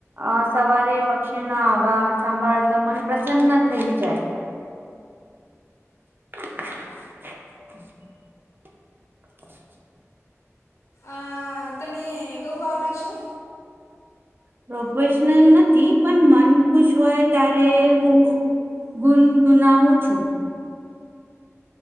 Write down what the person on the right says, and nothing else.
અ સવારે પક્ષીના આવા સાંભાળતા મન પ્રસન્ન થઈ જાય <unintelligible> <unintelligible>
પ્રોફેશનલ નથી પણ મન ખુશ હોય ત્યારે હું. ગુનગુનાઉું છું.